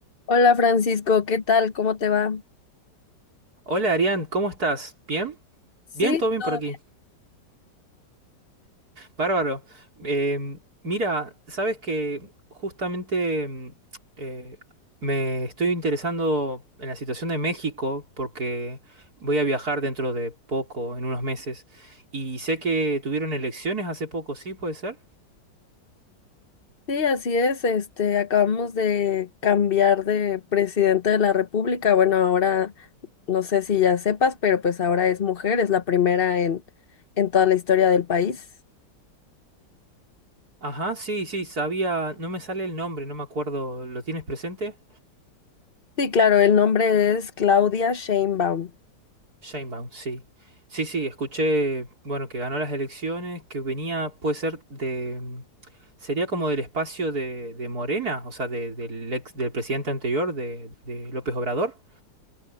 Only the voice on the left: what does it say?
Hola Francisco, ¿qué tal? ¿Cómo te va?
Sí,
todo
bien.
Sí, así es. Este, acabamos de cambiar de presidente de la República. Bueno, ahora no sé si ya sepas, pero pues ahora es mujer, es la primera en en toda la historia del país.
Sí, claro, el nombre es Claudia Sheinbaum.